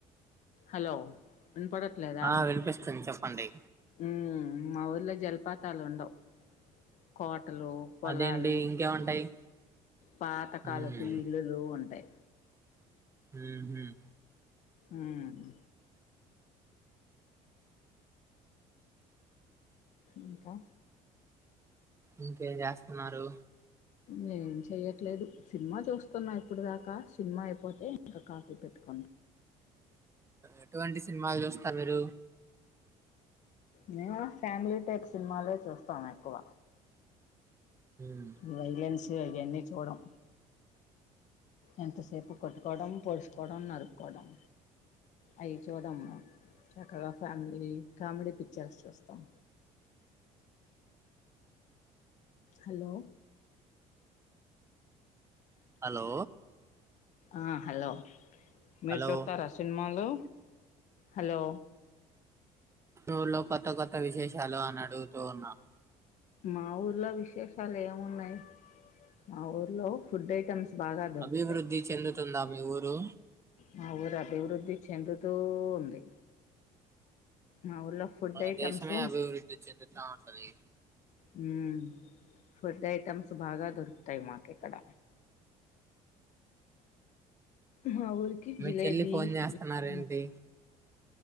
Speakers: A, on the left; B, on the right.
A: హలో వినపడట్లేదా
B: ఆ వినిపిస్తుంది చెప్పండి
A: మ్మ్ మా ఊరిలో జలపాతాలు ఉండవు కోటలు పొలాలు
B: అదేండి ఇంకేముంటాయి
A: పాతకాలపు
B: ఊమ్
A: ఇళ్లులు ఉంటాయి
B: మ్మ్ హ్మ్
A: మ్మ్ ఇంకా
B: ఇంకేం చేస్తున్నారు
A: నేం చెయ్యట్లేదు సినిమా చూస్తున్నా ఇప్పుడు దాకా సినిమా అయిపోతే ఇంకా కాఫీ పెట్టుకు
B: ఎటువంటి సినిమాలు చూస్తారు మీరు
A: మేమా ఫ్యామిలీ టైప్ సినిమాలే చూస్తాము ఎక్కువ
B: ఊమ్
A: వైలెన్స్ అయి అన్ని చూడం ఎంతసేపు కొట్టుకోవడం పోడుసుుకోవడం నరుకోవడం అయి చూడము మేము చక్కగా ఫ్యామిలీ కామెడీ పిక్చర్స్ చూస్తాం
B: అ
A: హలో
B: హలో
A: ఆ హలో మీరు
B: హలో
A: చూతారా సినిమాలు హలో
B: ఊలో కొత్త కొత్త విశేషాలు అని అడుగుతూ ఉన్నాం
A: మా ఊర్లో విశేషాలు ఏమున్నాయి మా ఊర్లో ఫుడ్ ఐటమ్స్ బాగా దొరుకుతాయి
B: అభివృద్ధి చెందుతుందా మీ ఊరు
A: మా ఊరు అభివృద్ధి చెందుతూ ఉంది మా ఊర్లో ఫుడ్
B: మన
A: ఐటమ్స్
B: దేశమే అభివృద్ధి చెందుతా ఉంటది
A: హ్మ్ ఫుడ్ ఐటమ్స్ బాగా దొరుకుతాయి మాకు ఇక్కడ మా ఊరికి
B: మీ
A: జలేేబి
B: చెల్లి ఫోన్ చేస్తున్నారేంటి
A: అది ఫేమస్